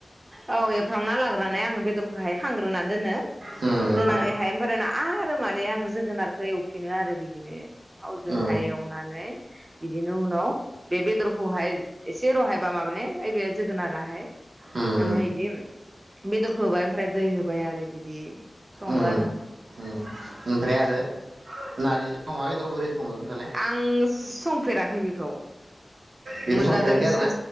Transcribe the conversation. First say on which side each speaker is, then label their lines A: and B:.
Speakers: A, on the right; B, on the right.
A: औ एवफ्रामना लाग्रोनानै आङो बेदरखौहाय हांग्रोना दोनो
B: उम ओमफ्राय
A: दोननानैहाय ओमफ्राय आरो माने आं जोगोनारखौ एवफिनो आरो बिदिनो थावजोंहाय
B: उम
A: एवनानै बिदिनो उनाव बे बेदरखौहाय एसे रहायबा माबाने ओइबे जोगोनाराहाय ओमफ्राय
B: उम
A: इदि बेदर होबाय ओमफ्राय दै होबाय आरो बिदि सङो
B: उम
A: आरो
B: उम ओमफ्राय आरो नारजिजों अमा बेदर बोरै सङो खोन्थालाय
A: आं संफेराखै बेखौ
B: बेखौ
A: मोनजादोंसो
B: संफेराखै